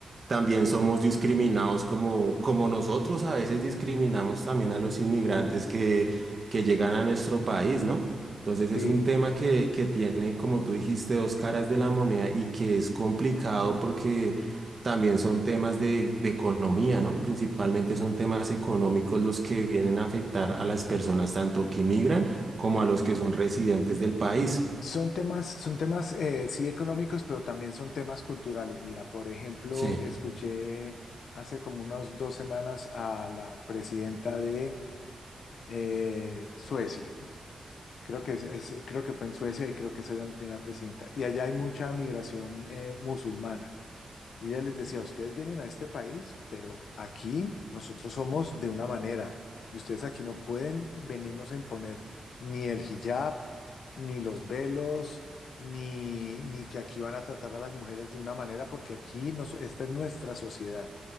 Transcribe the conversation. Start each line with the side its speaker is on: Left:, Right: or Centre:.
Right: también somos discriminados como, como nosotros a veces discriminamos también a los inmigrantes que, que llegan a nuestro país, ¿no? Entonces es
Left: Sí,
Right: un tema que, que tiene, como tú dijiste, dos caras de la moneda y que es complicado porque también son temas de, de economía, ¿no? Principalmente son temas económicos los que vienen a afectar a las personas tanto que migran como a los que son residentes del país.
Left: son temas, son temas, eh, sí, económicos, pero también son temas culturales. Mira, por ejemplo,
Right: Sí,
Left: escuché hace como unas dos semanas a la presidenta de eh, Suecia Creo que es, es- creo que fue en Suecia y creo que es allá donde tiene la presidenta. Y allá hay mucha migración eh, musulmana. Y ella les decía, ustedes vienen a este país, pero aquí nosotros somos de una manera. Y ustedes aquí no pueden venirnos a imponer ni el hijab, ni los velos, ni, ni que aquí van a tratar a las mujeres de una manera, porque aquí nos, esta es nuestra sociedad.